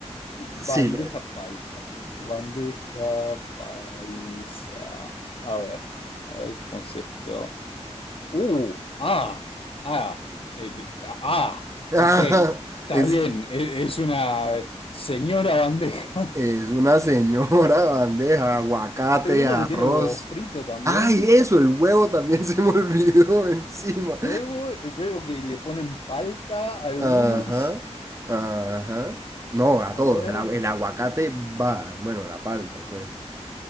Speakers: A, on the left; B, on the right.
A: Bandeja
B: Sí,
A: paisa. Bandeja paisa. A ver, a ver cómo es esto. Uh, ah, ah, eh, te- ah,
B: la-
A: ok,
B: <laughs>
A: está
B: es,
A: bien, e- es una señora bandeja.
B: es una señora <laughs> bandeja, aguacate,
A: Estoy viendo
B: arroz.
A: que tiene huevo frito también.
B: Ay, eso, el huevo también <laughs> se me olvidó encima.
A: Huevo, eh, veo que le ponen palta a algunos.
B: Ajá, ajá. No, a
A: A
B: todos.
A: ver,
B: El, agu- el aguacate va. Bueno, la palta, pues.